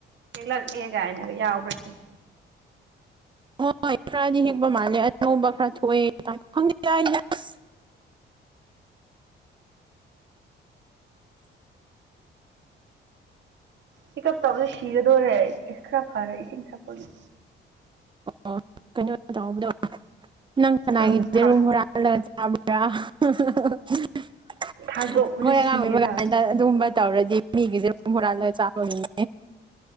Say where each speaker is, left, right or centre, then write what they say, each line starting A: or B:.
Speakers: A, on the right; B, on the right.
A: ꯍꯦꯛꯂꯛꯑꯦ ꯀꯥꯏꯅꯒ ꯌꯥꯎꯕ꯭ꯔꯁꯤꯅꯤ
B: ꯍꯣꯏ ꯈꯔꯗꯤ ꯍꯦꯛꯄ ꯃꯥꯜꯂꯦ ꯑꯅꯧꯕ ꯈꯔ ꯊꯣꯛꯑꯦ ꯇꯥꯏ ꯈꯪꯗꯦꯗ ꯑꯁ
A: ꯍꯤꯀꯠꯆꯕꯅ ꯁꯤꯒꯗꯧꯔꯦ ꯑꯩ ꯑꯁ ꯈꯔ ꯐꯔꯦ ꯏꯁꯤꯡ ꯊꯛꯄꯒꯤ
B: ꯑꯣ ꯀꯩꯅꯣ ꯇꯧꯕꯗꯣ ꯅꯪ ꯀꯅꯥꯒꯤ
A: ꯊꯪ ꯊꯥ
B: ꯌꯦꯔꯨꯝ ꯍꯨꯔꯥꯜꯂꯒ ꯆꯥꯕ꯭ꯔꯥ <unintelligible>
A: ꯊꯥꯗꯣꯛꯄꯗ
B: ꯃꯣꯏ ꯑꯉꯥꯡ
A: ꯁꯤꯒꯦꯖꯥꯠꯅꯤ
B: ꯑꯣꯏꯕ ꯀꯥꯟ ꯑꯗꯨꯒꯨꯝꯕ ꯇꯧꯔꯗꯤ ꯃꯤꯒꯤ ꯌꯦꯔꯨꯝ ꯍꯨꯔꯥꯜꯂꯒ ꯆꯥꯕ ꯃꯤꯅꯦ